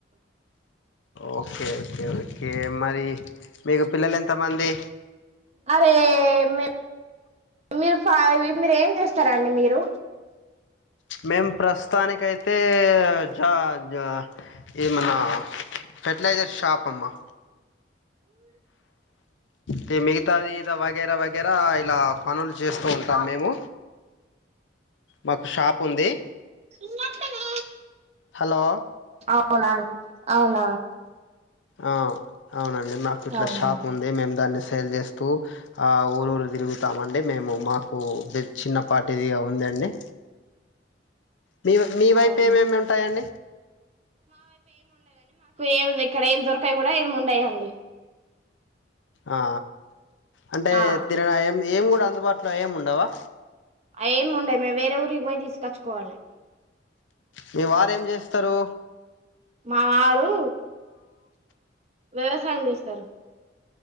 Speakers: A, on the left; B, on the right.
A: ఓకే ఓకే ఓకే ఓకే మరి మీకు పిల్లలు ఎంత ఎంతమంది
B: అరే మీరు మీరు ఫ మీరు ఏం చేస్తారండి మీరు
A: మేము ప్రస్తుతానినికి అయితే జా జా ఏమన్నా ఫర్టిలైజర్ షాప్ అమ్మ తి మిగతాది వగేర వగె దగ్గర ఇలా పనులు చేస్తూ ఉం మేము మాకు షాప్ ఉంది
B: చిన్నాకనే
A: హలో
B: అవునా అండి అవున
A: ఆ అవునండి మాకు ఇట్లా
B: అవునా
A: షాప్ ఉంది మేము దాన్ని సేల్ చేస్తూ ఆ ఊరు ఊరు తిరుగుతామండి మేము మాకు బి చిన్నపాటిదిగా ఉందండి మీ మీ వైపు
B: అవునా
A: ఏమేమి ఉంటాయండి
B: ఏ ఇక్కడ ఏం దొరకాయి కూడా ఏం ఉండయండి
A: ఆ అంటే
B: ఆ
A: తినరా ఏ మి ఏం కూడా అందుబాటులో ఏము ఉండవా
B: అ ఏమి ఉండయి మేము వేరే ఊరికి పోయి తీసుకొచ్చుకోవాలి
A: మీ వారు ఏం చేస్తరు
B: మా వారు వ్యవసాయం చేస్తారు